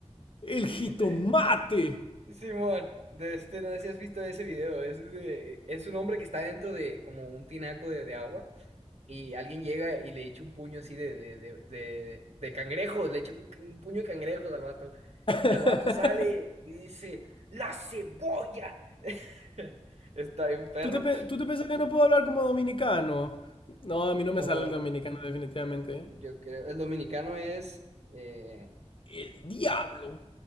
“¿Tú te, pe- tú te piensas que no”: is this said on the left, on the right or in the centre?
Left